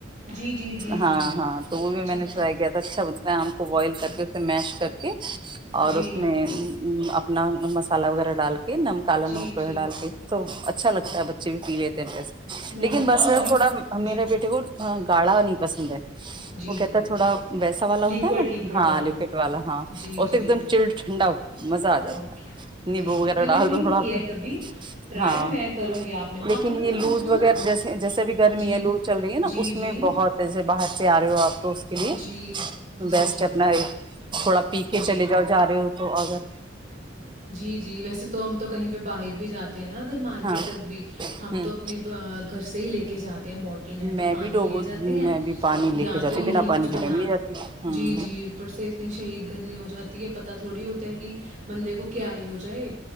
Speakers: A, on the right; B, on the right.
A: جی جی جی
B: ہاں
A: جی
B: ہاں تو وہ
A: اچھا
B: بھی میں نے
A: اچھا
B: ٹر کیا تھا اچھا بتا آم کو بوائل کر کے اسے میش کر کے اور
A: جی
B: اس میں اپنا مالا وغیرہ ڈالک نمکالا
A: جی
B: ن اپر
A: جی
B: ڈال دی تو اچا اچھا لگتا ہے بچے بھیی لیتے ہیں ڈریس
A: میں
B: لیکن
A: نے
B: بس
A: نا
B: میں
A: کبھی
B: تھوڑا
A: جی
B: میرے بیٹے کو ہاں گاالا نہیں پسند ہے
A: جی
B: وہ کہتا
A: جی
B: ہے تھوڑا ویسا والا ہوتا
A: لیکوڈ
B: ہے نا
A: لیکوڈ
B: ہاں
A: بناؤ
B: لکٹ والا ہاں
A: جی
B: اور تو
A: جی
B: ایک دم چل ٹھنڈا مزہ آ جاتا
A: اوکے
B: ہے نیمبو
A: جی
B: وغیرہ
A: جی میں
B: ڈال
A: نے نہیں
B: دو تھوڑا
A: کیا
B: سا
A: ہے کبھی ٹرائی
B: ہاں
A: میں کروں گی آپ نے آپ
B: لیکن
A: کو پتہ ہے
B: یہ لوز
A: آج کل
B: وغیرہ
A: نا
B: جیسے جیسے بھی گرمی
A: جی
B: ہے لوز چل رہی ہے نا
A: جی
B: اس
A: جی
B: میں بہت سے باہر سے آ رہے ہو آپ تو اس کے لیے
A: جی جی
B: بیسٹ
A: جی
B: ہے اپنا ایک تھوڑا پی کے
A: جی
B: چلے جاؤ جا رہے ہو تو اگر
A: جی جی ویسے تو ہم تو کہیں پہ باہر بھی جاتے ہیں نا اگر مارکیٹ
B: ہاں
A: تقدیر ہم
B: ہوں
A: تو اپنی دہی لے کے جا رہی میں تو
B: میں
A: پانی
B: بھی ڈوبو
A: لے جاتے ہیں
B: میں بھی پانی لے
A: یا
B: کے جاتی
A: تو یہی
B: بنا پانی
A: کچھ
B: کے
A: بنا
B: میں بھی نہیں جاتی ہوں
A: جی جی اوپر سے اتنی شہید گرمی ہو جاتی ہے پتہ تھوڑی ہوتا ہے کہ بندے کو ہو جائے